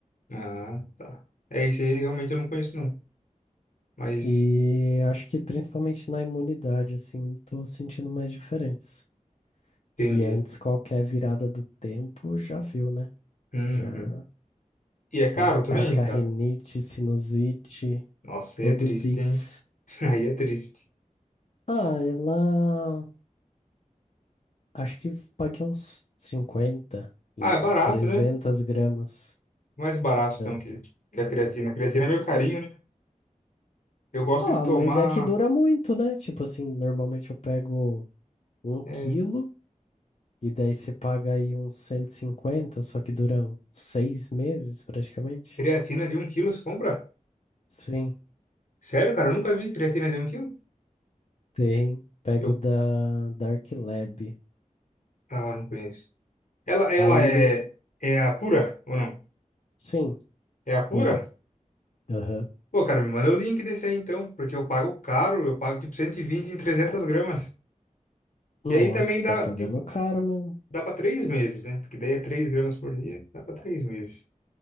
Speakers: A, on the left; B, on the left.
A: Ah, tá. É isso aí, realmente eu não conheço não. Mas
B: E acho que principalmente na imunidade, assim, tô sentindo mais diferença. Que
A: entendi.
B: antes qualquer virada do tempo já viu, né?
A: Uhum.
B: Já
A: E é caro
B: ataca
A: também, cara?
B: rinite, sinusite,
A: Nossa,
B: todos
A: aí é triste,
B: os ites.
A: hein? <laughs> Aí é triste.
B: Ah, ela. Acho que paguei uns 50 em
A: Ah, é barato,
B: 300
A: né?
B: gramas.
A: Mais barato então
B: É.
A: que, que a creatina. A creatina é meio carinho, né? Eu gosto
B: Ah,
A: de tomar
B: mas é que dura muito, né? Tipo assim, normalmente eu pego um
A: é,
B: quilo E daí você paga aí uns 150, só que duram seis meses praticamente.
A: creatina de um quilo, você compra?
B: Sim,
A: Sério, cara? Eu nunca vi creatina de um quilo?
B: tem. Pego
A: Eu...
B: da Dark Lab.
A: Ah, não conheço. Ela, ela
B: Aí
A: é,
B: eles.
A: é a pura ou não?
B: Sim,
A: É a pura?
B: cura. Aham.
A: Pô, cara, me manda o link desse aí então, porque eu pago caro, eu pago tipo 120 em 300 gramas. Que
B: Nossa,
A: aí também dá,
B: tá pagando
A: tipo,
B: caro mesmo.
A: Dá pra três meses, né? Porque daí é três gramas por dia, dá pra três meses.